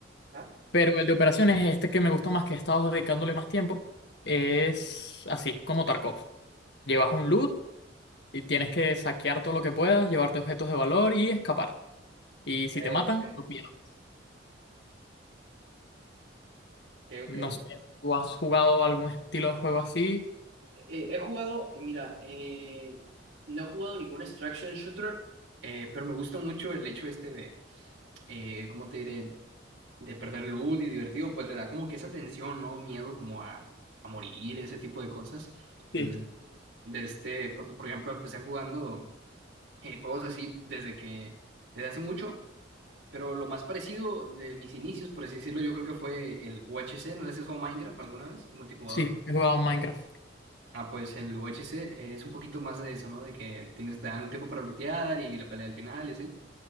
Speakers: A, on the right; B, on the left.
A: Ah,
B: Pero el de operaciones, este que me gusta más, que he estado dedicándole más tiempo, es así, como Tarkov. Llevas un loot Y tienes que saquear todo lo que puedas, llevarte objetos de valor y escapar. Y
A: ok,
B: si te matan,
A: ok.
B: tú pierdes.
A: Ok, ok.
B: No sé, ¿tú has jugado algún estilo de juego así?
A: Eh, he jugado, eh, mira, eh, no he jugado ningún extraction shooter, eh, pero me gusta mucho el hecho este de, eh, ¿cómo te diré? de perder el luz y divertido, pues le da como que esa tensión, ¿no? Miedo como a, a morir, ese tipo de cosas.
B: Sí.
A: Mm, De este, porque por ejemplo empecé jugando eh, juegos así desde que, desde hace mucho, pero lo más parecido de mis inicios, por así decirlo, yo creo que fue el UHC, no sé si has jugado Minecraft alguna vez, multijugador.
B: Sí, he jugado Minecraft.
A: Ah, pues el UHC es un poquito más de eso, ¿no? De que tienes, te dan el tiempo para lootear y la pelea al final y así.